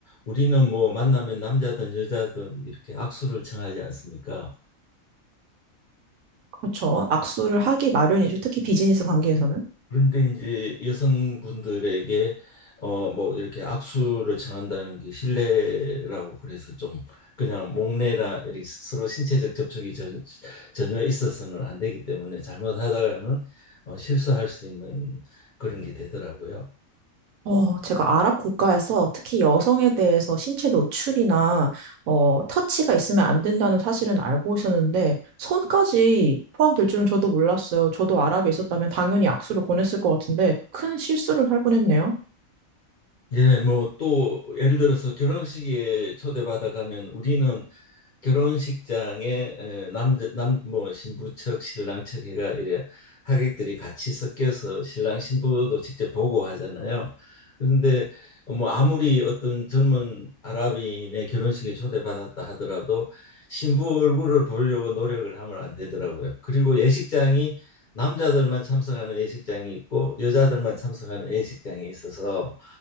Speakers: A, on the left (about 45°); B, on the right (about 80°).
A: 우리는 뭐 만나면 남자든 여자든 이렇게 악수를 청하지 않습니까?
B: 그렇죠. 악수를 하기 마련이죠. 특히 비즈니스 관계에서는.
A: 그런데 이제 여성분들에게 어 뭐 이렇게 악수를 청한다는 게 실례라고 그래서 좀 그냥 목례나 이렇게 서로 신체적 접촉이 전, 전혀 있어서는 안 되기 때문에 잘못하다가는 어, 실수할 수 있는 그런 게 되더라고요.
B: 어, 제가 아랍 국가에서 특히 여성에 대해서 신체 노출이나 어, 터치가 있으면 안 된다는 사실은 알고 있었는데 손까지 포함될 줄은 저도 몰랐어요. 저도 아랍에 있었다면 당연히 악수를 권했을 것 같은데 큰 실수를 할 뻔했네요.
A: 예, 뭐 또 예를 들어서 결혼식에 초대받아 가면 우리는 결혼식장에 에, 남자 남 뭐 신부 측 신랑 측 해가 이래 하객들이 같이 섞여서 신랑 신부도 직접 보고 하잖아요. 그런데 뭐 아무리 어떤 젊은 아랍인의 결혼식에 초대받았다 하더라도 신부 얼굴을 보려고 노력을 하면 안 되더라고요. 그리고 예식장이 남자들만 참석하는 예식장이 있고 여자들만 참석하는 예식장이 있어서